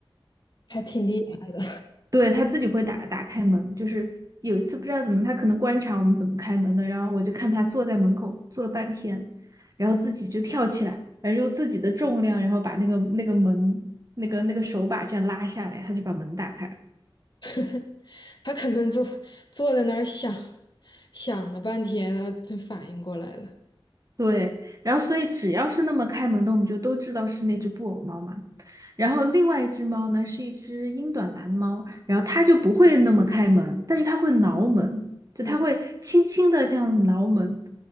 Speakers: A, on the left; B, on the right.
A: 还挺厉害的。
B: 对，他自己会打打开门，就是有一次不知道怎么，他可能观察我们怎么开门的，然后我就看他坐在门口坐了半天，然后自己就跳起来，然后用自己的重量，然后把那个那个门那个那个手把这样拉下来，他就把门打开了。
A: <laughs> 它可能坐坐在那儿想想了半天，然后就反应过来了。
B: 对，然后所以只要是那么开门的，我们就都知道是那只布偶猫嘛。然后另外一只猫呢，是一只英短蓝猫，然后它就不会那么开门，但是它会挠门，就它会轻轻的这样挠门。
A: 嗯